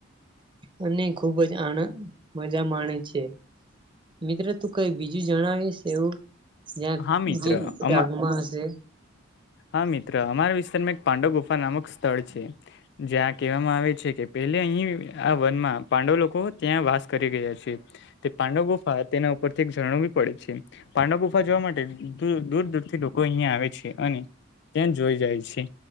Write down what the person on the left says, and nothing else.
હા મિત્ર
આમાં
હા મિત્ર અમારા વિસ્તારમાં એક પાંડવ ગુફા નામક સ્થળ છે. જ્યાં કહેવામાં આવે છે કે પહેલે અહીં આ વનમાં પાંડવ લોકો ત્યાં વાસ કરી ગયા છે. તે પાંડવ ગુફા તેના ઉપરથી એક ઝણાવુ બી પડે છે. પાંડવ ગુફા જોવા માટે દૂર દૂરથી લોકો અહિયાં આવે છે. અને ત્યાં જોઈ જાય છે.